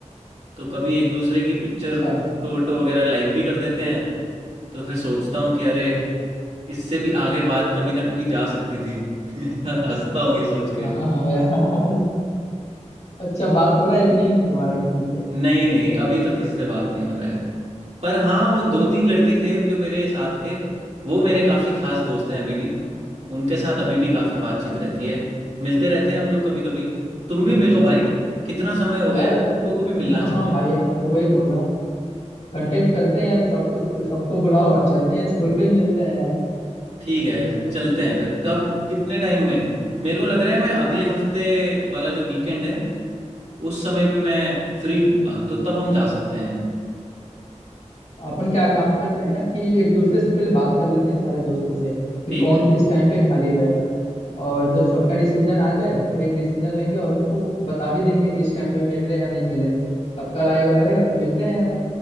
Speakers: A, on the right; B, on the left.
A: तो कभी एक दूसरे की पिक्चर
B: अच्छा
A: फोटो वोटो वगैरह लाइक भी कर देते हैं तो फिर सोचता हूँ कि अरे इससे भी आगे बात कभी ना कभी जा सकती थी <laughs> हंसता हूँ ये सोच के
B: हाँ हाँ यार अच्छा बात हो रहा है कि नहीं है तुम्हारा किसी से
A: नहीं नहीं अभी तो किसी से बात नहीं हो रहा है पर हाँ वो दो तीन लड़के थे जो मेरे साथ के वो मेरे काफ़ी खास दोस्त हैं अभी भी उनके साथ अभी भी काफ़ी बातचीत रहती है मिलते रहते हैं हम लोग कभी कभी तुम भी
B: अच्छा
A: मिलो भाई कितना समय हो
B: यार
A: गया है तुम लोगों को भी मिलना
B: हाँ
A: चाहिए
B: हाँ भाई मैं तो वही बोल रहा हूँ कांटेक्ट करते हैं यार सब कुछ सबको बुलाओ और चलते हैं स्कूल पे ही मिलते हैं यार
A: ठीक है चलते हैं फिर कब कितने टाइम में मेरे को लग रहा है मैं अगले हफ्ते वाला जो वीकेंड है उस समय पे मैं फ्री हूँ तो तब हम जा सकते हैं
B: अपन क्या काम करते हैं ना कि एक दूसरे से पहले बात कर लेते हैं सारे दोस्तों से कि
A: ठीक
B: कौन
A: है
B: किस टाइम पे खाली रहेगा और जब सबका डिसीजन आ जाए फिर एक डिसीजन लेंगे और उनको बता भी देंगे कि इस टाइम पे मिले या नहीं मिले सबका राय अगर रहेगा तो मिलते हैं यार